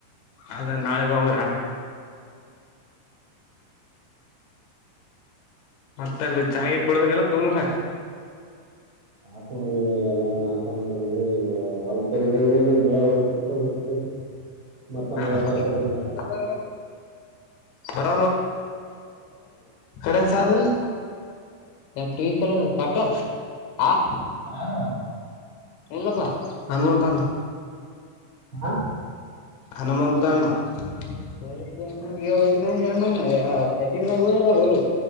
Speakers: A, on the left; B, on the right.
A: ಅದ ನಾಳೆಗ ಹಂಗ್ರ ಆರ ಮತ್ತಂದ ಚಾಗೆ
B: ಏನು
A: ಕುಡದ್ರ ಎಲ್ಲ ಕುಮ್ರ
B: ಹಾಡ್ದವಿ ಎಲ್ಲಾ ನಾಷ್ಟ ಮಾಡಿದೀವಿ ಹೊಲಗ ತಡ ಮಳೆ ಹೊಡಿತ ಹೊಡಿತ ಮತ್ತ
A: ಹಾ
B: ಮಳೆ ಬರಕ್ಕತ್ತೊಮ್ಮೆ
A: ಬರ ಬರ ರನ್ ಸಾಲ್ಲ ಎ ಕಲ ಕಟ್ಟದ ಹ
B: ಯಾರ
A: ಎಲ್ಲಪ್ಪ ಹನುಮಂತ್ಣ
B: ಹಾ
A: ಹನುಮಂತ ಅಣ್ಣ ಸೇಣ್ಣ
B: ಹಾಂ
A: ಸೆಟ್ಟಿಂಗ್ಾಗ ಹೋದರು